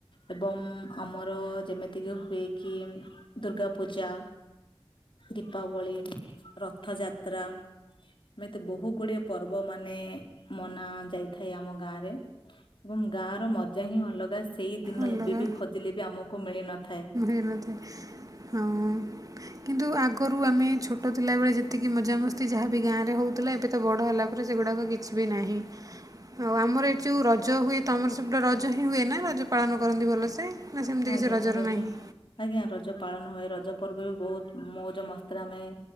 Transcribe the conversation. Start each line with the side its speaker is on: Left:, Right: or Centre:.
Left: ଏବଂ ଆମର ଯେମିତିକି ହୁଏ କି ଦୁର୍ଗା ପୂଜା। ଦୀପାବଳି, ରଥଯାତ୍ରା ଏମିତି ବହୁତ ଗୁଡିଏ ପର୍ବ ମାନେ ମନା ଯାଇଥାଏ ଆମ ଗାଁରେ ଏବଂ ଗାଁ ର ମଜା ହିଁ ଅଲଗା ସେଇ ଦିନ
Right: ଅଲଗା
Left: ଏବେ ବି ଖୋଜିଲେ ବି ଆମକୁ ମିଳି ନଥାଏ।
Right: <inaudible> ହଁ କିନ୍ତୁ ଆଗରୁ ଆମେ ଛୋଟ ଥିଲାବେଳେ ଯେତିକି ମଜାମସ୍ତି ଯାହାବି ଗାଁରେ ହଉ ଥିଲା ଏବେ ତ ବଡ଼ ହେଲା ପରେ ସେଗୁଡ଼ାକ କିଛି ବି ନାହିଁ। ଆଉ ଆମର ଏଠି ଯୋଉ ରଜ ହୁଏ ତମର ସେପଟେ ରଜ ହିଁ ହୁଏ ନା ରଜ ପାଳନ କରନ୍ତି ଭଲସେ ନା ସେମିତି
Left: ଆଜ୍ଞା
Right: କିଛି ରଜର
Left: ରଜ
Right: ନାହିଁ?
Left: ଆଜ୍ଞା ରଜ ପାଳନ ହୁଏ ରଜ ପର୍ବ ବି ବହୁତ ମଉଜ ମସ୍ତିରେ ଆମେ